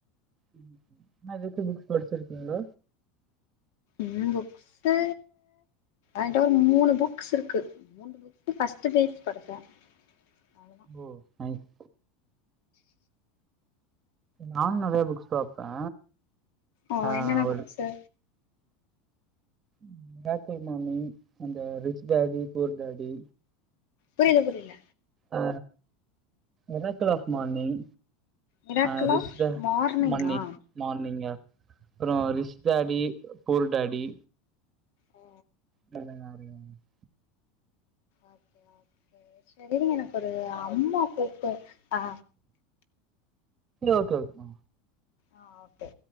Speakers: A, on the right; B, on the left.
A: ம் ம் இன்ன எதுக்கு புக்ஸ் படிச்சிருக்கீங்க
B: ம் புக்ஸு என்ட ஒரு மூனு புக்ஸ் இருக்கு ஃபஸ்ட்டு பேஜ் படிச்சே அவ்ளோதா
A: ஓ நைஸ் நானு நெறைய புக்ஸ் பாப்பே
B: ஓ
A: அ
B: என்னென்ன
A: ஒரு
B: புக்ஸு
A: ம் ஹாப்பி மார்னிங் அந்த ரிச் டாடி புவர் டாடி
B: புரில புரில
A: அ எராக் கிளாஸ் மார்னிங்
B: மிராக்கிள்
A: அ ரிஷ்த
B: ஆஃப் மார்னிங்கா
A: மன்னின் மார்னிங்கா அப்றோ ரிஷ் டாடி கூல் டாடி
B: ஓ
A: <unintelligible>
B: ஓகே ஓகே செரி எனக்கு ஒரு அம்மா கூப்பு ஆ
A: ஓகே ஓகே
B: ஆ ஓகே